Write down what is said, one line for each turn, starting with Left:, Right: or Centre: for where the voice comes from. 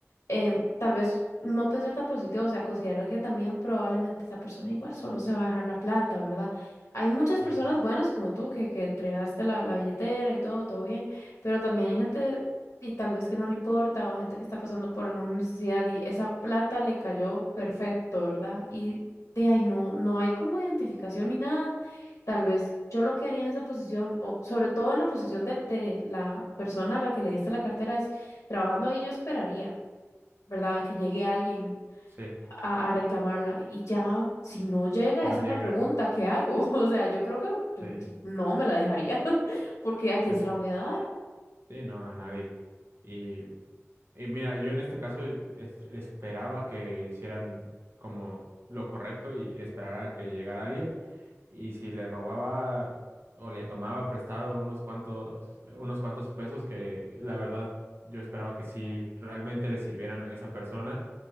Left: em, tal vez no pensar tan positivo, o sea, considerar que también probablemente esa persona igual solo se va a dejar la plata, ¿verdad? Hay muchas
Right: Sí,
Left: personas buenas como tú que, que entregaste la, la billetera y todo, todo bien, pero también hay gente y tal vez que no le importa o gente que está pasando por alguna necesidad y esa plata le cayó perfecto, ¿verdad? Y de ahí no, no hay como identificación ni nada. Tal vez yo lo que haría en esa posición, o sobre todo en la posición de, de la persona a la que le diste la cartera, es trabajando ahí yo esperaría. ¿verdad? Que llegue alguien
Right: sí,
Left: a, a reclamarla. Y ya, si no llega,
Right: Si
Left: esa
Right: no llega,
Left: es la pregunta, ¿qué hago? <laughs> O sea, yo creo que yo
Right: sí.
Left: di- no me la dejaría, <laughs> porque ¿a quién
Right: pues
Left: se
Right: sí,
Left: la voy a dar?
Right: sí, no, a nadie. y Y mira, yo en este caso es- esperaba que hicieran como lo correcto y esperara que llegara alguien. Y si le robaba o le tomaba prestado unos cuantos, unos cuantos pesos que la verdad yo esperaba que sí realmente le sirvieran a esa persona